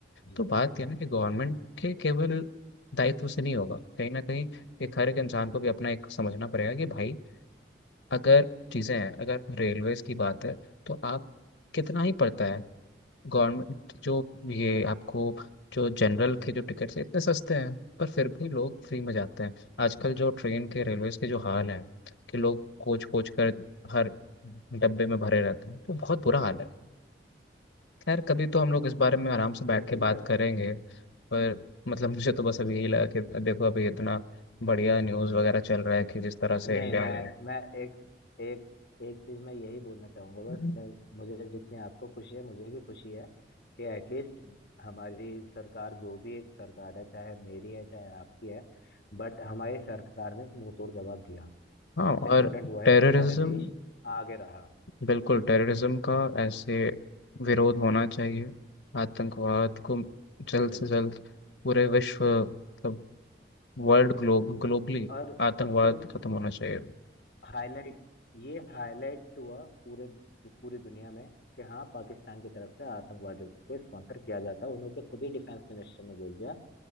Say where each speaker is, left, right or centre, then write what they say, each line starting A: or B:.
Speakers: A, on the left; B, on the left.
A: जी
B: तो बात यह है ना कि गवर्नमेंट के केवल दायित्व से नहीं होगा कहीं ना कहीं एक हर एक इंसान को भी अपना एक समझना पड़ेगा कि भाई अगर चीज़ें हैं अगर रेलवेज की बात है तो आप कितना ही पड़ता है गवर्नमेंट जो ये आपको जो जनरल के जो टिकट्स हैं इतने सस्ते हैं पर फिर भी लोग फ्री में जाते हैं आजकल जो ट्रेन के रेलवेज के जो हाल है कि लोग कोच कोच कर हर डब्बे में भरे रहते हैं तो बहुत बुरा हाल है खैर कभी तो हम लोग इस बारे में आराम से बैठ
A: बिल्कुल
B: के बात
A: मैं
B: करेंगे पर मतलब मुझे तो बस अभी यही लगा कि देखो अभी इतना बढ़िया न्यूज़ वगैरह चल रहा है कि जिस तरह से
A: नहीं
B: इंडिया
A: मैं
B: ने
A: मैं एक एक एक चीज मैं यही बोलना चाहूंगा
B: हम्म।
A: बस कि मुझे जितनी आपको खुशी है मुझे भी खुशी है कि एटलीस्ट हमारी सरकार जो भी एक सरकार है चाहे मेरी है चाहे आपकी है बट हमारी सरकार ने मुंह तोड़ जवाब दिया
B: हाँ
A: सबसे इम्पोर्टेंट
B: और
A: वो है
B: टेररिज्म
A: कि हमारे देश आगे रहा
B: बिल्कुल टेररिज्म का ऐसे विरोध होना चाहिए आतंकवाद को जल्द
A: बिल्कुल
B: से जल्द पूरे विश्व मतलब वर्ल्ड ग्लोब ग्लोबली
A: और
B: आतंकवाद
A: सबसे बड़ी बात
B: खत्म होना
A: है
B: चाहिए
A: हाईलाइट ये हाईलाइट हुआ पूरे पूरी दुनिया में कि हाँ पाकिस्तान की तरफ से आतंकवादियों को स्पॉन्सर किया जाता है उन्होंने खुद ही डिफेंस मिनिस्टर ने बोल दिया